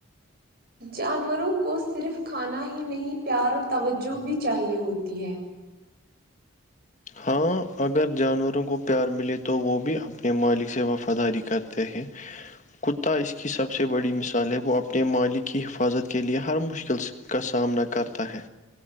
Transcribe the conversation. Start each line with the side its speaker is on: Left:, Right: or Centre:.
Right: جانوروں کو صرف کھانا ہی نہیں پیار اور توجہ بھی چاہیے ہوتی ہے
Left: ہاں اگر جانوروں کو پیار ملے تو وہ بھی اپنے مالک سے وفاداری کرتے ہیں کتا اس کی سب سے بڑی مثال ہے وہ اپنے مالی کی حفاظت کے لئے ہر مشکل کا سامنا کرتا ہے